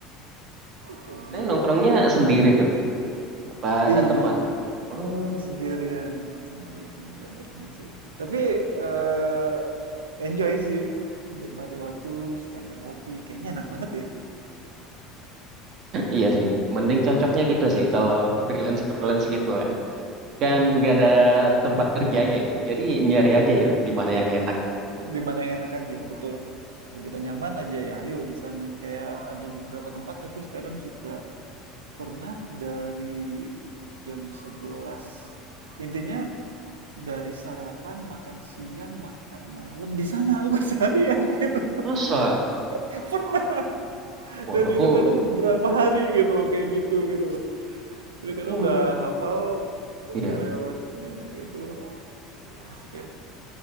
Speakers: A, on the right; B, on the right.
A: Kayak
B: Saya
A: gitu.
B: nongkrongnya sendiri tuh. Apa
A: Iya,
B: ada teman? Oh,
A: sendirian sendirian nggak ada teman sih tapi eh, enjoy sih nikmati waktu secangkir kopi kayaknya enak banget ya
B: iya sih. Mending cocoknya gitu sih kalau freelance freelance
A: Iya.
B: gitu lah. Kan
A: hmm,
B: nggak ada tempat kerjanya ya. Jadi nyari aja ya di mana yang enak.
A: di yang enak aja betul kalau kita nyaman aja ya ayo di sana kayak ada beberapa tempat aku sekarang suka pernah dari jam 11. intinya dari sarapan makan siang makan malam di sana aku <laughs> seharian gitu
B: Masa?
A: pernah
B: Wah,
A: dan
B: aku,
A: itu kadang berapa hari gitu loh, kayak gitu gitu jadi kadang
B: aku
A: udah hafal
B: ya
A: karyawannya gitu asik ya